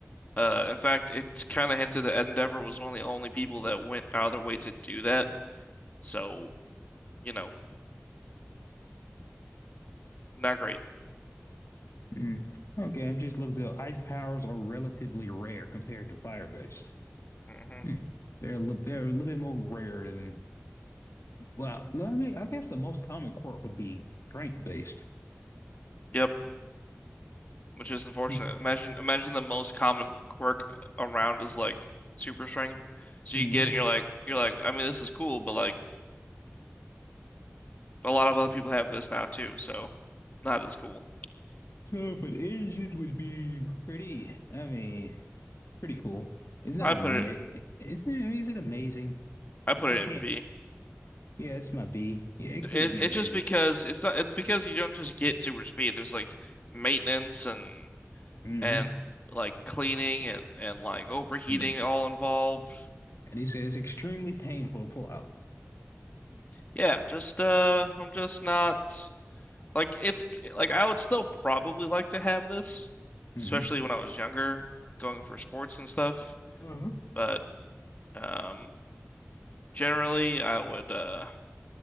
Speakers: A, on the left; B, on the left.
A: Uh, in fact, it's kind of hinted that Endeavor was one of the only people that went out of their way to do that. So, you know, not great.
B: Hmm. Okay, I'm just looking. The ice powers are relatively rare compared to fire based.
A: hmm
B: Hmm. They're a little, they're a little bit more rare than. Well, I mean, I guess the most common quirk would be strength based.
A: Yep, which is unfortunate.
B: Hmm.
A: Imagine imagine the most common th- quirk around is like super strength. So
B: hmm
A: you get it and you're like you're like, I mean this is cool, but like a lot of other people have this now too, so not as cool.
B: So, but Egypt would be pretty, I mean, pretty cool. It's not
A: I
B: amazing.
A: put it
B: Isn't it, is it amazing?
A: I put
B: It
A: it
B: can't.
A: in B.
B: Yeah, it's my B. Yeah, it could
A: It,
B: be
A: it's
B: amazing.
A: just because it's not it's because you don't just get super speed. There's like maintenance and
B: Mm-hmm.
A: and like cleaning and and like overheating
B: Mm.
A: all involved.
B: And he says extremely painful to pull out.
A: Yeah, I'm just uh I'm just not Like it's like I would still probably like to have this,
B: Mm-hmm.
A: especially when I was younger, going for sports and stuff.
B: Uh-huh.
A: But um, generally, I would uh,